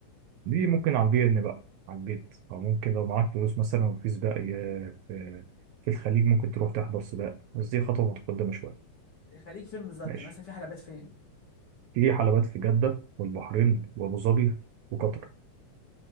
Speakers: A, on the right; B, on the left.
A: دي ممكن على البي ان بقى على البيت او ممكن لو معاك فلوس مثلا وفي سباق ي- في في الخليج ممكن تروح تحضر سباق بس دي خطوه متقدمه شويه
B: خليك فين بالظبط
A: ماشي
B: يعني مثلا في حلبات فين
A: في حلبات في جده والبحرين وابو ظبي وقطر